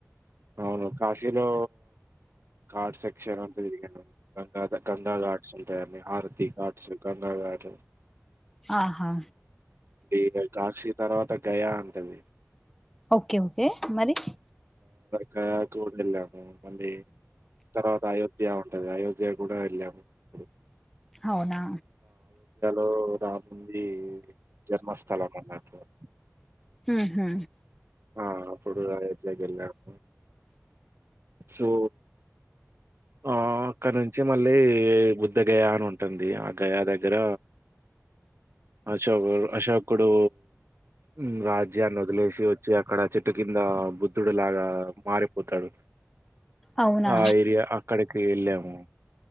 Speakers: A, on the right; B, in the centre.
A: అవును కాశీలో ఘాట్ సెక్షన్ అంతా తిరిగాను గంగా గంగా ఘాట్స్ ఉంటాయండి. హారతి ఘాట్స్, గంగా ఘాట్,
B: ఆహా
A: గై కాశీ తర్వాత గయా ఉంటుంది
B: ఓకే ఓకే మళ్లి
A: గయా కూడ వెళ్ళాము మళ్ళీ తర్వాత అయోధ్ ధ్య ఉంటది అయోధ్య కూడా వెళ్ళాము ప్పుడు
B: అవునా
A: ఓరాం నుంది జన్మస్థలం అన్నట్లుగా
B: ఉహు
A: ఆ అప్పుడు అయోధ్యా కెళ్ళాను సో ఆ అక్కడ నుంచి మళ్ళీ బుద్ధ గయా అని ఉంటుంది, ఆ గయా దగ్గర అశోకు అశోకుడు మ్మ్ రాజ్యాన్ని వదిలేసి వచ్చి అక్కడ చెట్టు కింద బుద్ధుడు లాగా మారిపోతాడు.
B: అవునా
A: ఆ ఏరియా అ కి వెళ్ళాము